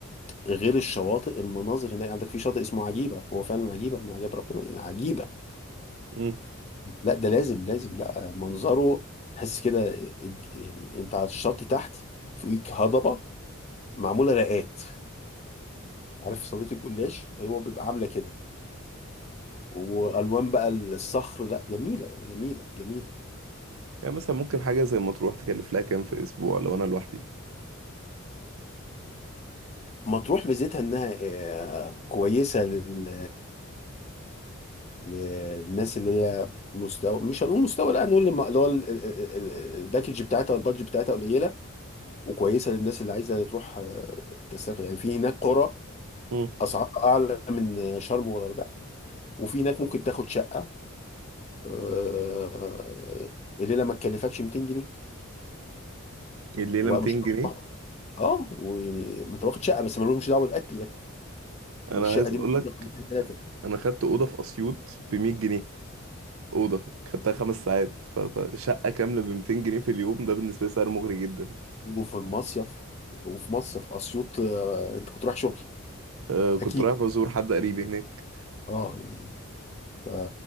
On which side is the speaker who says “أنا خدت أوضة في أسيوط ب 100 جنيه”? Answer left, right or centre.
Right